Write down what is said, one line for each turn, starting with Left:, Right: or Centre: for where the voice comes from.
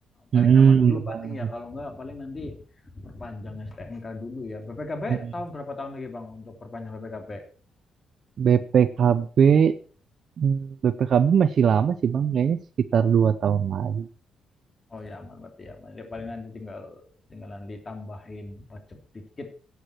Left: balik
Right: Mm-mm,
Left: nama dulu
Right: benar.
Left: paling ya kalau enggak paling nanti perpanjang STNK dulu ya BPKB
Right: Mm-mm.
Left: tahun berapa tahun lagi Bang untuk perpanjang BPKB
Right: BPKB mm, BPKB masih lama sih Bang kayaknya sekitar dua tahun lagi.
Left: oh ya aman berarti ya aman Ya, paling nanti tinggal tinggalan ditambahin pajak dikit